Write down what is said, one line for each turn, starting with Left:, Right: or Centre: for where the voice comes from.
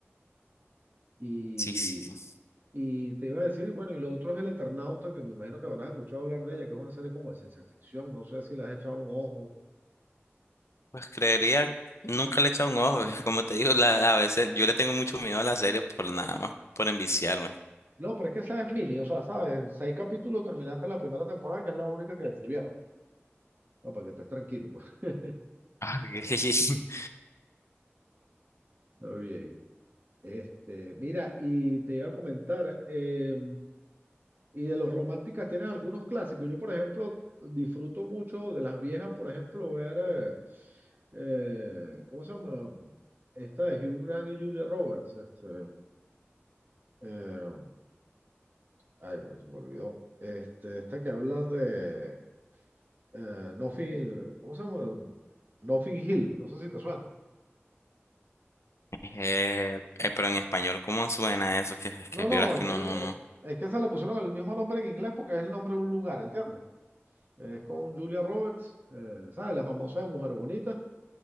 Right: Y,
Left: sí, sí, sí.
Right: y te iba a decir, bueno, y lo otro es El Eternauta, que me imagino que habrás escuchado hablar de ella, que es una serie como de ciencia ficción, no sé si le has echado un ojo.
Left: Pues creería, nunca le he echado un ojo, es como te digo, la, a veces yo le tengo mucho miedo a la serie por nada más, por enviciarme.
Right: No, pero es que esa es mini, o sea, sabes, seis capítulos terminaste la primera temporada, que es la única que subieron. pues. No, para que estés tranquilo, pues. <laughs>
Left: Ah, ok. <laughs>
Right: Está bien. Este, mira, y te iba a comentar, eh, y de los románticas tienes algunos clásicos. Yo, por ejemplo, disfruto mucho de las viejas, por ejemplo, ver, eh, eh, ¿cómo se llama? Esta de Hugh Grant y Julia Roberts. Este, eh, ay, pero se me olvidó. Este, esta que habla de eh, Nothing, ¿cómo se llama? Nothing Hill, no sé si te suena.
Left: Eh, eh, pero en español, ¿cómo suena eso? Que,
Right: No,
Left: que vieras
Right: no,
Left: que
Right: es que,
Left: no, no, no.
Right: eh, es que se le pusieron el mismo nombre en inglés porque es el nombre de un lugar, ¿entiendes? Es con Julia Roberts, eh, ¿sabes? La famosa Mujer Bonita,